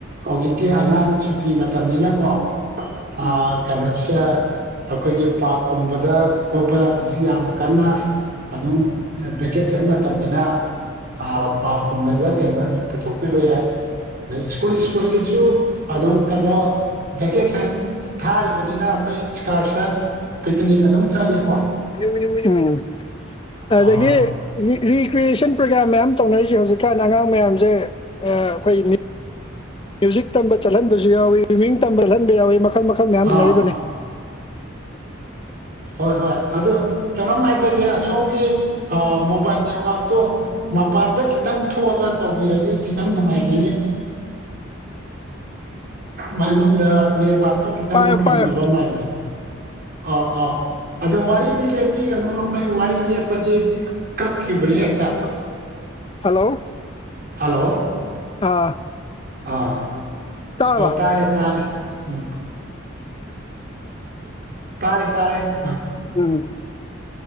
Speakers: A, on the right (about 50°); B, on the left (about 25°).
A: ꯍꯧꯖꯤꯛꯇꯤ ꯑꯉꯥꯡ ꯁꯨꯇꯤ ꯃꯇꯝꯅꯤꯅꯀꯣ ꯑ
B: ꯎꯝ
A: ꯀꯩꯅꯣꯁꯦ ꯑꯩꯈꯣꯏꯒꯤ ꯄꯥꯔꯛꯀꯨꯝꯕꯗ ꯀ‌ꯣꯕ ꯍꯧꯖꯤꯛ ꯌꯥꯝ ꯀꯟꯅ ꯑꯗꯨꯝ ꯚꯦꯀꯦꯁꯟ ꯃꯇꯝꯅꯤꯅ ꯑꯥ ꯄꯥꯔ꯭ꯛ ꯀꯨꯝꯕꯗ ꯀꯩꯗ ꯑꯗꯨ ꯄꯨꯊꯣꯛꯄꯤꯕ ꯌꯥꯏ ꯍ‌ꯦ ꯁ꯭ꯀꯨꯜ ꯁ꯭ꯀꯨꯜ ꯒꯤꯁꯨ ꯑꯗꯨꯝ ꯀꯩꯅꯣ ꯚꯦꯀꯦꯁꯟ ꯊꯥꯔꯤꯕꯅꯤꯅ ꯑꯩꯈꯣꯏ ꯑꯦꯛꯁꯀꯔꯁꯟ ꯄꯤꯛꯅꯤꯛ ꯑꯗꯨꯝ ꯆꯠꯂꯤꯀꯣ
B: <unintelligible> ꯑꯗꯒꯤ
A: ꯑꯥ ꯍꯣꯏ
B: ꯔꯤ ꯔꯤꯀ꯭ꯔꯤꯌꯦꯁꯟ ꯄ꯭ꯔꯣꯒ꯭ꯔꯥꯝ ꯃꯌꯥꯝ ꯇꯧꯅꯩꯁꯦ ꯍꯧꯖꯤꯛꯀꯥꯟ ꯑꯉꯥꯡ ꯃꯌꯥꯝꯖ‌ꯦ ꯑ ꯑꯩꯈꯣꯏ ꯃꯤ ꯃ꯭ꯌꯨꯖꯤꯛ ꯇꯝꯕ ꯆꯠꯍꯟꯕꯁꯨ ꯌꯥꯎꯏ ꯁ꯭ꯋꯤꯝꯃꯤꯡ ꯇꯝꯕ ꯆꯠꯍꯟꯕ ꯌꯥꯎꯋꯤ ꯃꯈꯜ ꯃꯈꯜ ꯃꯌꯥꯝ ꯇꯧꯅꯔꯤꯗꯨꯅꯤ
A: ꯑꯥ ꯍꯣꯏ ꯍꯣꯏ ꯑꯗꯨ ꯀꯩꯅꯣꯝ ꯍꯥꯏꯖꯒꯦꯅꯥ ꯁꯣꯝꯒꯤ ꯑꯥ ꯃꯣꯕꯥꯏꯜ ꯅꯦꯠꯋꯥꯛꯇꯣ ꯃꯄꯥꯟꯗ ꯈꯤꯇꯪ ꯊꯣꯛꯑꯒ ꯇꯧꯕꯤꯔꯗꯤ ꯈꯤꯇꯪ ꯅꯨꯡꯉꯥꯏꯖꯅꯤ ꯃꯉꯨꯝꯗ ꯅꯦꯠꯋꯥꯛꯇꯣ ꯈꯤꯇꯪ
B: ꯄꯥꯏꯌꯣ
A: ꯐꯪꯗꯕ
B: ꯄꯥꯏꯌꯣ
A: ꯃꯥꯂꯦ ꯑꯥꯎ ꯑꯥ ꯑꯗꯨ ꯋꯥꯔꯤꯗꯤ ꯂꯦꯞꯄꯤꯒꯅꯨ ꯑꯩꯈꯣꯏ ꯋꯥꯔꯤ ꯂ‌ꯦꯞ ꯄꯗꯤ ꯀꯛꯈꯤꯕꯅ‌ꯦ ꯍ‌‌ꯦꯛꯇ
B: ꯍꯜꯂꯣ
A: ꯍꯜꯂꯣ
B: ꯑꯥ
A: ꯑꯥ
B: ꯇꯥꯔꯕ
A: ꯑꯣ ꯇꯥꯔꯦ ꯇꯥꯔꯦ ꯎꯝ ꯇꯥꯔꯦ ꯇꯥꯔꯦ
B: ꯎꯝ